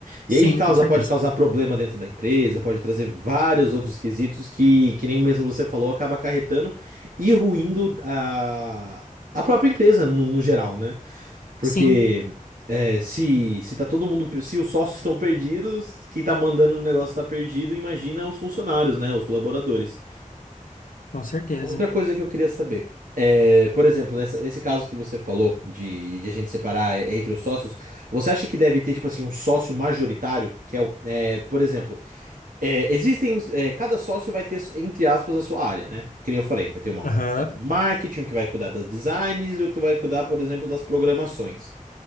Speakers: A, on the right; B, on the left.
A: E
B: Sim,
A: aí causa,
B: com certeza.
A: pode causar problema dentro da empresa, pode trazer vários outros quesitos que, que nem mesmo você falou, acaba acarretando e ruindo a, a própria empresa no, no geral, né? Porque
B: Sim,
A: é, se, se tá todo mundo, se os sócios estão perdidos, quem tá mandando no negócio tá perdido, imagina os funcionários, né? Os colaboradores.
B: com certeza.
A: Outra coisa que eu queria saber. É, por exemplo, nessa- nesse caso que você falou de, de a gente separar é, entre os sócios, você acha que deve ter, tipo assim, um sócio majoritário, que é o, é, por exemplo, é, existem. é, cada sócio vai ter, entre aspas, a sua área, né? Que nem eu falei, vai ter uma, um
B: Aham.
A: do marketing, um que vai cuidar das designs e outro que vai cuidar, por exemplo, das programações.